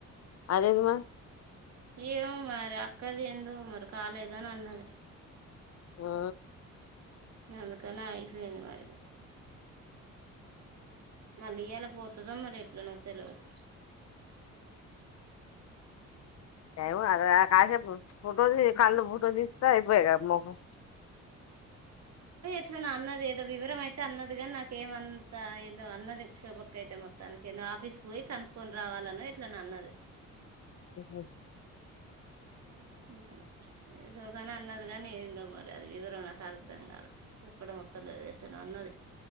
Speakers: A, on the left; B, on the right.
A: అది ఏంది మా
B: ఏమో మరి అక్కది ఏందో మరి కాలేదు అని అన్నది
A: ఆ
B: ఎందుకని అయిపోయింది మరి మళ్ళీ ఇయాల పోతదో మరి ఎట్లనో తెలువదు
A: టైం అర్ర కాసేపు ఫోటోది కల్లు పోటో దీతే అయ్యిపోయే గా మొఖం
B: ఇట్లా నా అన్నది ఏదో వివరం అయితే అన్నది కానీ నాకు ఏమంతా ఏదో అన్నది శోభ అక్క అయితే మొత్తానికి నా ఆఫీస్ కి పోయి కనుక్కొని రావాలన్న ఇట్లా నా అన్నది
A: <unintelligible>
B: ఇంట్ల ఏదో గాని అన్నది గాని ఏందో మరి అది వివరం నాకు అర్థం కాల చెప్పడం అత్త లేదు ఎట్టనో అన్నది